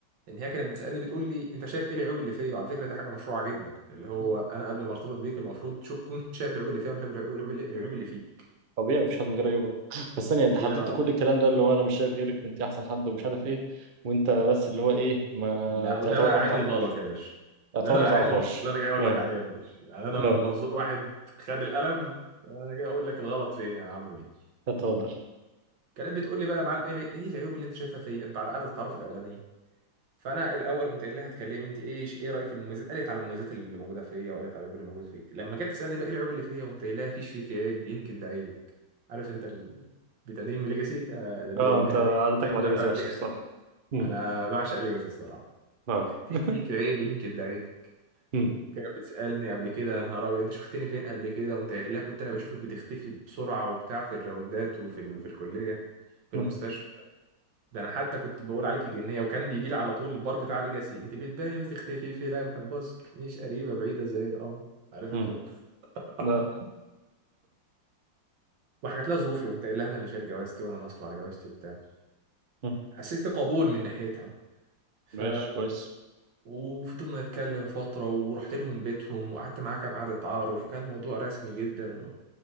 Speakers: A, on the right (about 75°); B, on the right (about 50°).
A: ان هي كانت بتسالني بتقول لي انت شايف ايه العيوب اللي فيا وعلى فكره دي حاجه مشروعه جدا اللي هو
B: أمم.
A: انا قبل ما ارتبط بيك المفروض تكون شايف العيوب اللي فيا وانا شايف العيوب العيوب اللي العيوب اللي فيك
B: طبيعي مفيش حد من غير عيوب آه. <laughs> بس ثانيه انت حددت
A: الله ينور
B: كل
A: عليك
B: الكلام ده اللي هو انا مش شايف غيرك انت احسن حد ومش عارف ايه وانت بس اللي هو ايه ما
A: ما هو
B: تعتبر
A: ده بقى
B: ما
A: عين
B: تعرفهاش
A: الغلط يا باشا
B: تعتبر
A: ده بقى
B: ما تعرفهاش
A: عين الغلط اللي انا جاي اقول
B: اه
A: لك عليه يا باشا يعني انا من
B: اه
A: منظور واحد خد القلم انا جاي اقول لك الغلط فين يا عم مين
B: اتفضل
A: كانت بتقول لي بقى يا معلم ايه إيه العيوب اللي انت شايفها فيا بعد قعده التعارف الاولانيه فانا الاول قمت قايل لها اتكلمي انت ايه ايه رايك في المميزات قالت على المميزات اللي موجوده فيا وقالت على العيوب اللي موجود فيا لما جت تسالني بقى ايه العيوب اللي فيا قمت قايل لها فيش فيك عيب يمكن ده عيبك عارف انت البيتادين وليجاسي آه الب-
B: اه
A: البيتادين
B: انت عادتك
A: هي الاغنيه
B: مع ليجاسي
A: بتاعت
B: وحشه
A: ليجاسي
B: الصراحه مم.
A: انا بعشق ليجاسي الصراحه
B: اه
A: فيش
B: مم.
A: فيك عيب يمكن ده عيبك
B: <laughs>
A: كانت بتسالني قبل كده يا نهار ابيض انت شفتني فين قبل كده قمت قايل لها كنت انا بشوفك بتختفي بسرعه وبتاع في الراوندات وفي ال... في الكليه في
B: مم.
A: المستشفى ده انا حتى كنت بقول عليك جنيه وكان بيجي لي على طول البار بتاع ليجاسي انت بتباني وتختفي في لمح البصر مش قريبه بعيده زي القمر عارف
B: مم.
A: انت ال- <laughs>
B: لا
A: وحكت لها ظروفي قمت قايل لها انا اللي شايل جوازتي وانا اللي هصرف على جوازتي وبتاع
B: مم.
A: حسيت في قبول من ناحيتها ف
B: ماشي كويس
A: وفضلنا نتكلم فتره ورحت لهم بيتهم وقعدت معاها كام قعده تعارف وكان الموضوع رسمي جدا